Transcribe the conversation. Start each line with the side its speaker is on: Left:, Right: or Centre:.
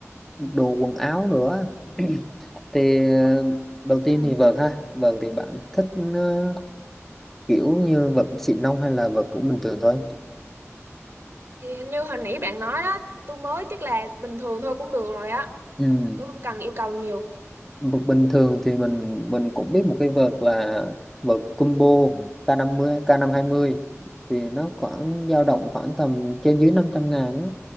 Centre: đồ quần áo nữa <clears throat> thì ờ, đầu tiên
Right: ừ.
Centre: thì vợt ha vợt thì bạn thích ờ, kiểu như vợt xịn nông hay là vợt cũng bình thường thôi
Right: thì hình như hồi nãy bạn nói đó tôi mới chắc là bình thường thôi cũng được rồi á
Centre: ừ.
Right: tôi không cần yêu cầu nhiều
Centre: vợt bình thường thì mình mình cũng biết một cái vợt là vợt combo K50 k mươi ca năm hai mươi, thì nó khoảng dao động khoảng tầm trên dưới 500 ngàn á